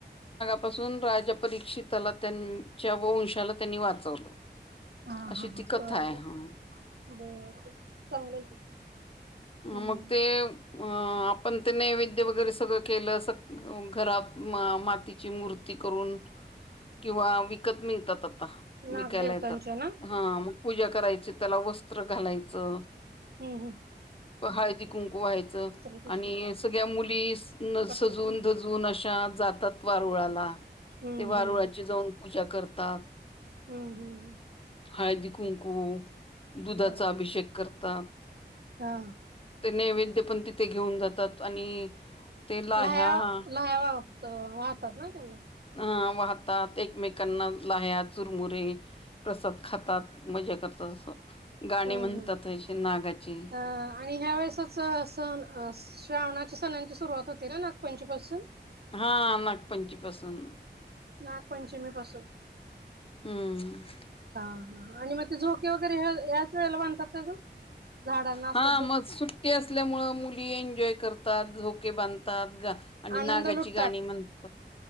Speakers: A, on the left (about 30°); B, on the right (about 60°).
A: पासून राजा परीक्षला त्यांच्या व वंशाला त्यांनी वाचवलं
B: ह
A: अशी
B: ह ह
A: ती कथा
B: बर
A: आहे
B: बर
A: हा
B: बर बर चांगलंय की हम्म
A: मग ते अ पण ते नैवेद्य वगैरे सगळं केलं स घरात मातीची मूर्ती करून किंवा विकत मिळतात आता
B: नागदेवतांच्या
A: विकायला येतात
B: ना
A: हा मग पूजा करायची त्याला वस्त्र घालायचं
B: हो हो
A: हळती कुंकू व्हायचं
B: पिशवी
A: आणि सगळ्या मुली
B: कट्टे
A: सजून जून अ जातात वारुळाला
B: हम्म
A: ते वारुळाची
B: हम्म
A: जाऊन पूजा करतात
B: हम्म, हम्म, ह्
A: हळदी, कुंकू, दुधाचा
B: बर
A: अभिषेक करतात.
B: हा.
A: नैवेद पण तिथे घेऊन जातात. आणि ते लाह्या
B: लाया, लाया, वाहतात ना? त्यांना
A: ह वाहतात. एकमेकांना लया चुरमुरे प्रसाद खातात. मजा करतात. असं
B: हम्म
A: गाणे म्हणतात.
B: हम्म
A: नागाची
B: अ आणि ह्या वेळेसच सण, श्रावणाच्या सणांची सुरुवात होते ना? नागपंचमीपासून
A: हा नागपंचीपसून
B: नागपंचमी पासून
A: ह.
B: हा, हा, आणि मग ते झोके वगैरे ह्याच वेळेला बांधतात का ग? झाडांना असतात
A: हा
B: बघ
A: मग सुट्टी असल्यामुळे, मुली एन्जॉय करतात. झोके बांधतात. आणि
B: आनंद
A: नागाची
B: लुटतात
A: गाणी म्हणतो.